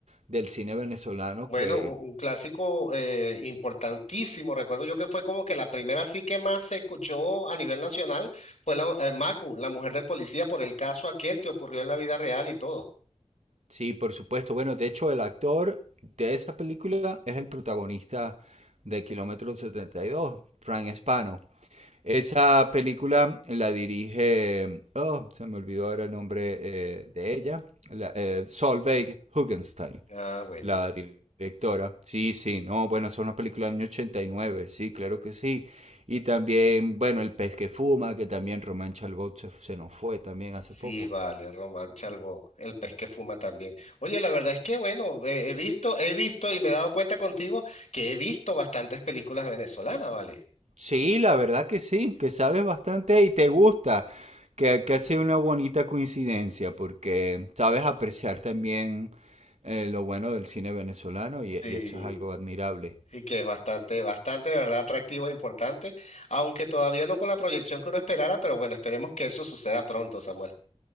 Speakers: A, on the right; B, on the left.
A: del cine venezolano
B: Bueno,
A: que,
B: un un clásico eh, importantísimo. Recuerdo yo que fue como que la primera sí que más se escuchó a nivel nacional fue la eh, Macu, la mujer del policía, por el caso aquel que ocurrió en la vida real y todo.
A: sí, por supuesto, bueno, de hecho el actor de esa película es el protagonista de Kilómetro setenta y dos Frank Espano. Esa película la dirige, oh, se me olvidó ahora el nombre eh, de ella, la, eh, Solveig Hugenstein,
B: Ah, bueno.
A: la directora. Sí, sí, no, bueno, es una película del año ochenta y nueve sí, claro que sí. Y también, bueno, El pez que fuma, que también Román Chalbot se, se nos fue también
B: Sí,
A: hace poco.
B: vale, Román Chalbó, el pez que fuma también. Oye, la verdad es que bueno, eh, he visto, he visto y me he dado cuenta contigo que he visto bastantes películas venezolanas, ¿vale?
A: Sí, la verdad que sí, que sabes bastante y te gusta, que, que ha sido una bonita coincidencia, porque sabes apreciar también eh, lo bueno del cine venezolano y,
B: Sí.
A: y eso es algo admirable.
B: Y que es bastante, bastante, de verdad, atractivo e importante, aunque todavía no con la proyección que uno esperara, pero bueno, esperemos que eso suceda pronto, Samuel.